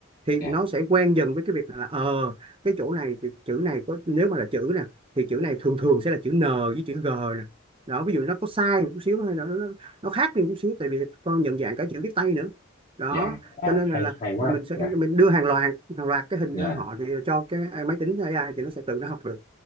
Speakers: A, on the right; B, on the left.
A: thì
B: dạ
A: nó sẽ quen dần với cái việc là ờ cái chỗ này thì chữ này có nếu mà là chữ nè thì chữ này thường thường sẽ là chữ N với chữ G nè đó ví dụ nó có sai một chút xíu hay là nó, nó khác đi một chút xíu tại vì con nhận dạng cả chữ viết tay nữa đó
B: dạ à
A: cho nên
B: hay
A: là, là
B: hay quá
A: mình sẽ
B: dạ
A: mình đưa hàng loạt hàng loạt cái hình
B: dạ
A: cho họ thì cho cái máy tính AI thì nó sẽ tự nó học được